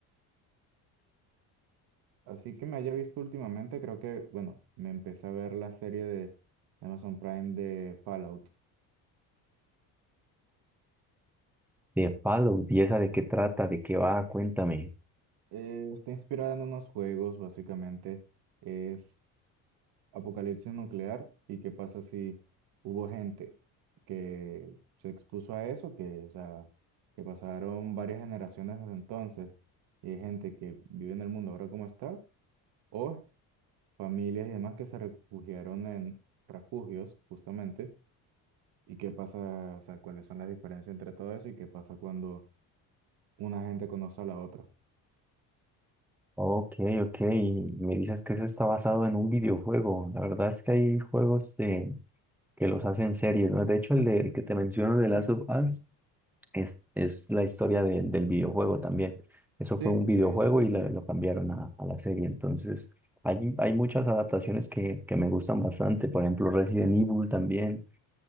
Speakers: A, on the right (about 65°); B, in the centre.
A: Así que me haya visto últimamente, creo que, bueno, me empecé a ver la serie de Amazon Prime de Fallout.
B: De Palo, ¿y esa de qué trata? ¿De qué va? Cuéntame.
A: Eh, está inspirada en unos juegos, básicamente. Es apocalipsis nuclear y qué pasa si hubo gente que se expuso a eso, que, o sea, que pasaron varias generaciones desde entonces y hay gente que vive en el mundo ahora como está o familias y demás que se refugiaron en refugios, justamente, y qué pasa, o sea, cuáles son las diferencias entre todo eso y qué pasa cuando una gente conoce a la otra.
B: Ok, ok, me dices que eso está basado en un videojuego. La verdad es que hay juegos de, que los hacen series, ¿no? De hecho, el, de- el que te menciono de Last of Us es, es la historia de- del videojuego también. Eso
A: Sí,
B: fue un videojuego
A: sí.
B: y la- lo cambiaron a, a la serie. Entonces, hay, hay muchas adaptaciones que, que me gustan bastante. Por ejemplo, Resident Evil también,